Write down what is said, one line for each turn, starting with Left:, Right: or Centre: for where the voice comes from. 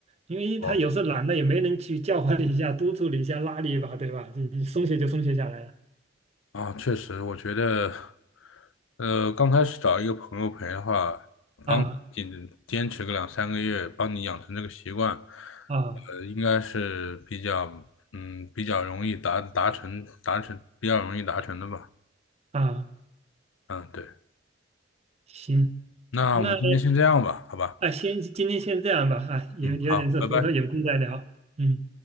Right: 因为他有时候懒了，
Left: 哦
Right: 也没人去叫唤一下、督促你一下、拉你一把，对吧？就松懈就松懈下来了。
Left: 啊，确实，我觉得，呃，刚开始找一个朋友陪的话，帮你
Right: 啊
Left: 坚持个两三个月，帮你养成这个习惯，呃，
Right: 啊
Left: 应该是比较嗯比较容易达达成达成比较容易达成的吧。
Right: 啊！
Left: 嗯，对，
Right: 行，
Left: 那我们今天先这样吧，
Right: 那
Left: 好吧。
Right: 啊，先今天先这样吧，啊，有有点事，
Left: 嗯，好，拜拜。
Right: 回头有空再聊。嗯。